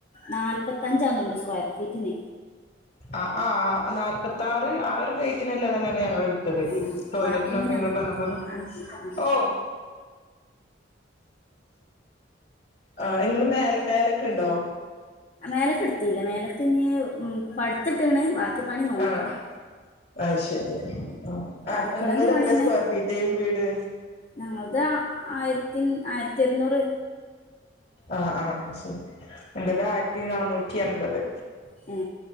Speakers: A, on the left; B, on the left.
A: നാൽ മുപ്പത്തഞ്ചാണോ അയിന്റെ സ്ക്വയർ ഫീറ്റിന്
B: ആഹ് ആഹ് ആഹ് നാല്പത്താറ് ആറ് റേറ്റിനല്ല താന്നെയാണ് ഞങ്ങൾ എടുത്തത്
A: ആ
B: ടോയ്ലറ്റിനൊക്കെ
A: ബാത്റൂമിന്
B: നിങ്ങൾ
A: അങ്ങനെ
B: പറഞ്ഞ പോലെ
A: ആ ആ
B: ഓ ആ നിങ്ങള് മേ മേലേക്ക് ഇണ്ടോ
A: മേലെക്കെടുത്തില മേലെക്ക് ക്ക ഇനി പഠത്തിട്ടാണ് വാക് വീട് പണി നോക്കണം
B: ആഹ് അത് ശരി ആ
A: അടുക്കളേന്റെ
B: നിങ്ങളുടെ
A: പണി
B: എത്ര
A: തന്നെ
B: സ്ക്വയർ ഫീറ്റ് വീട്
A: ഞങ്ങത ആയിരത്തിൻ ആ ആയിരത്തി എരുന്നൂറ്
B: ആ ആ ശരി എന്റത് ആയിരത്തി നാന്നൂറ്റി എൻപത്
A: മ്